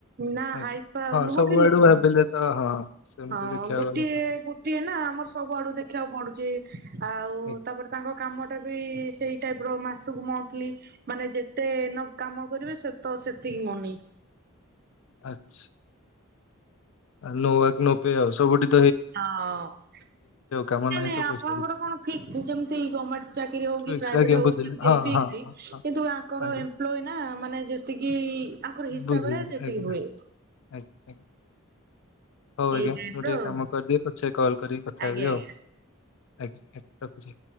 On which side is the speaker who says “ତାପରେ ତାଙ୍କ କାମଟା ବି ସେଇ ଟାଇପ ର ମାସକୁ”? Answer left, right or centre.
Right